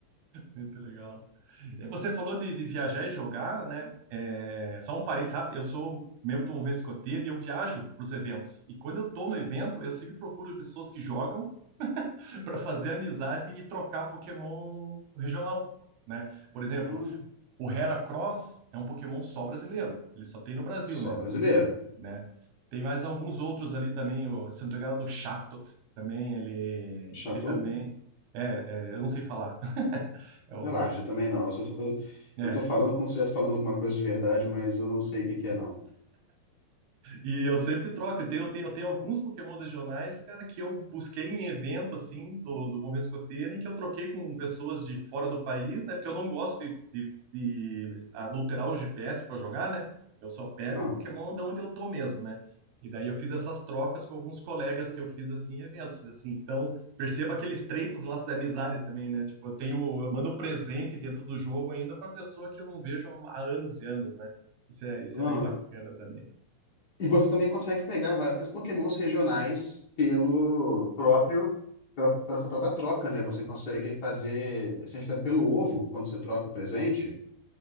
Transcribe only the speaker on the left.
Hum,
só
brasileiro.
Chato?
Relaxa,
também não. Eu, só tô, eu,
eu tô falando como se estivesse falando alguma coisa de verdade, mas eu não sei o que que é, não.
Ah,
Aham.
E você também consegue pegar vários Pokémons regionais pelo próprio, pela, por essa própria troca, né? Você consegue fazer, você recebe pelo ovo quando você troca o presente.